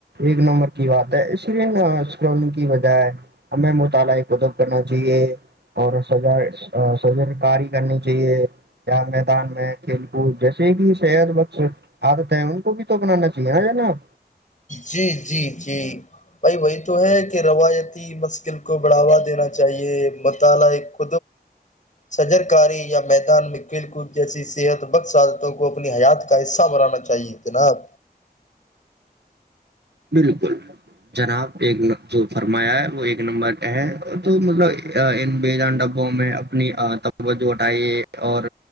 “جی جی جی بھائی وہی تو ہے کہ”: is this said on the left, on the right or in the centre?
Left